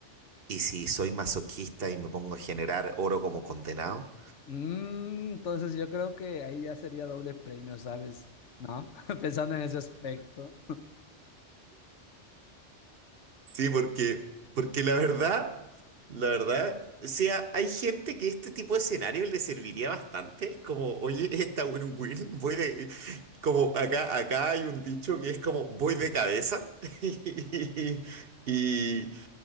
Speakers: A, on the right; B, on the left.
A: ¿Y si soy masoquista y me pongo a generar oro como condenado?
B: Mm, entonces yo creo que ahí ya sería doble premio, ¿sabes? ¿No? <laughs> Pensando en ese aspecto.
A: Sí, porque, porque la verdad, la verdad, o sea, hay gente que este tipo de escenario le serviría bastante. Es como, oye, esta win-win, voy de. Como acá, acá hay un dicho que es como voy de cabeza. <laughs> Y,